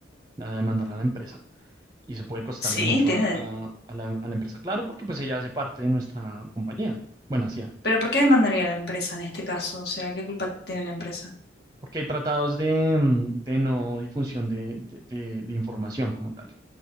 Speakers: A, on the right; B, on the left.
A: a demandar a la empresa. Y eso puede costarle
B: Sí,
A: mucho
B: tiene.
A: al- a, la, a la- a la empresa, claro, porque pues ella hace parte de nuestra compañía. Bueno, hacía,
B: Pero ¿por qué demandaría la empresa en este caso? O sea, ¿qué culpa tiene la empresa?
A: porque hay tratados de, mm, de no difusión de, de- de- de información como tal,